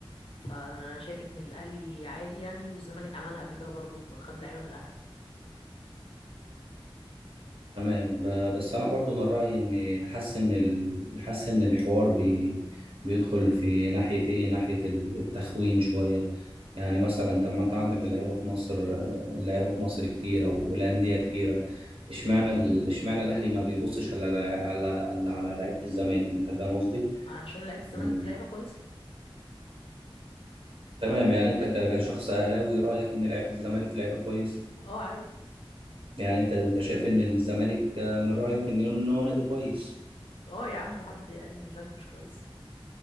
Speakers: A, on the left; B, on the right.
A: فانا شايف ان الاهلي عادي يعني والزمالك عملها قبل كده برضه خد لعيبه من الاهلي
B: تمام ب- بس انا برضو من رايي ان حاسس ان ال- حاسس ان الحوار بي بيدخل في ناحيه ايه ناحيه ال- التخوين شويه يعني مثلا طب ما انت
A: مم.
B: عندك اللعيبه في مصر اللعيبه في مصر كتير او الانديه كتيره اشمعنى ال- اشمعنى الاهلي ما بيبصش على على على, على لعيبه الزمالك انت فاهم قصدي
A: عشان لعيبه الزمالك
B: يعني-
A: لعيبه كويسه
B: تمام يعني انت ك- كشخص اهلاوي رايك ان لعيبه الزمالك لعيبه كويس
A: اه عادي
B: يعني انت انت شايف ان الزمالك آه، من رايك ان إن هو نادي كويس
A: اه يا عم وحد قال لي ان الزمالك مش كويس